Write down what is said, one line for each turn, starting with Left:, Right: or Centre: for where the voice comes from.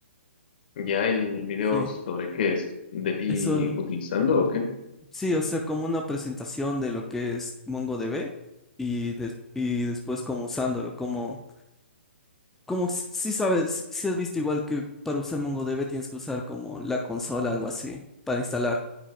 Left: ¿Ya el video
Centre: Sí,
Left: sobre qué es? ¿De ti
Centre: eso.
Left: utilizando o qué?
Centre: Sí, o sea, como una presentación de lo que es MongoDB y, des- y después como usándolo, como, como s- si sabes, si has visto igual que para usar MongoDB tienes que usar como la consola, algo así, para instalar.